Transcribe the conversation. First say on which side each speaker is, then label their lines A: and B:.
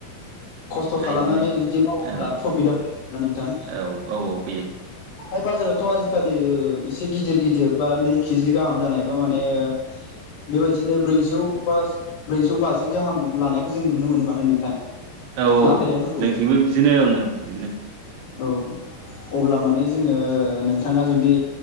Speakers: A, on the left; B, on the right.
A: खस्थ'
B: ओमफ्राय
A: खालामनानै
B: बिदिनो
A: जुदि मावोब्ला
B: ओं
A: प्रफिटआ फै ना नोंथां
B: औ औ औ फैयो
A: हाय बाजारावथ' आजिखालि एसे गिदिर गिदिर बा नै केिजि गाहाम जानायबा माने बेबायदिनो ब्रैजौ बा ब्रैजौ बाजि गाहाम लानायखौ जों नुनो मोनो माथो नोंथां।
B: औ औ
A: ना थाइलेण्डफोरखौबो
B: जोंथिंबो बिदिनो आं बिदिनो
A: औ अब्ला माने जोङो नोंथाङा जुदि